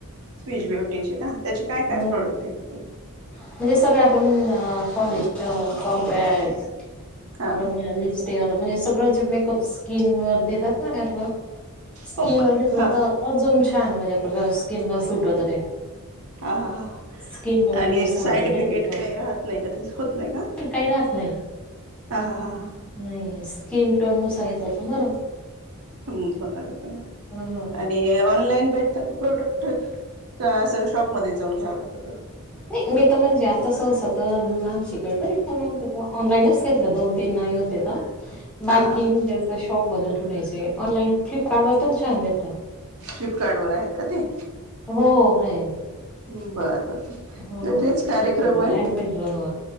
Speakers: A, on the right (about 75°); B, in the centre.
A: स्विच ब्युटीचे का त्याचे काय
B: अ
A: काय प्रोडक्ट भेटतील?
B: म्हणजे सगळं आपलं म्हण फाउंडेशन कॉम्पॅक्ट
A: हा
B: आपलं म्हण लिप्स ते वाल म्हणजे सगळं जे मेकअप स्किन वर देतात ना ते आपलं स्किन
A: हो पण
B: वर घेतलं
A: हा
B: त अजून छान म्हणजे आपल्या स्किनला सुट होत ते.
A: हा हा हा.
B: स्किन टोन
A: आणि
B: नुसार
A: साईड
B: जर
A: इफिकेट
B: घेतलं तर
A: काही राहत नाही का त्याचं होत नाही का?
B: काही राहत नाही
A: हा हा हा हा.
B: नाही स्किन टोन नुसार घेतलं त बरं.
A: उम्म बर बर.
B: हं.
A: आणि ऑनलाईन भेटतात प्रोडक्ट का असं शॉपमध्ये जाऊन घ्याव लागतात.
B: नाही मी त म्हणजे आता सहसा तर मॅमशी काही <unintelligible> ऑनलाईनच घेतलं दोन तीन नाही होते त बाकी
A: हा हां हां
B: म्हणजे असं शॉप मधून घेऊन यायचे ऑनलाईन फ्लिपकार्ड वर पण छान भेटता.
A: फ्लिपकार्ड वर आहेत का ते?
B: हो हाय.
A: उम्म बरं बरं.
B: हो
A: तेच कार्यक्रम
B: फिल्पका व
A: आहे
B: ॲमेझॉन व